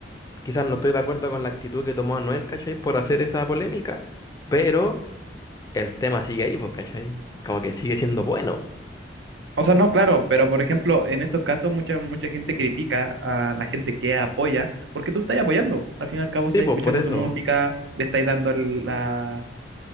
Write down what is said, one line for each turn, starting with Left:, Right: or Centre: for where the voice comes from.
Left: quizás no estoy de acuerdo con la actitud que tomó Anuel, ¿cachai? Por hacer esa polémica, pero el tema sigue ahí, pues, ¿cachai? Como que sigue siendo bueno.
Right: O sea, no, claro, pero por ejemplo, en estos casos mucha, mucha gente critica a la gente que apoya, porque tú estás apoyando. Al fin y al cabo
Left: Sí,
Right: estás
Left: pues,
Right: escuchando
Left: por eso.
Right: su música, le estás dando el- la,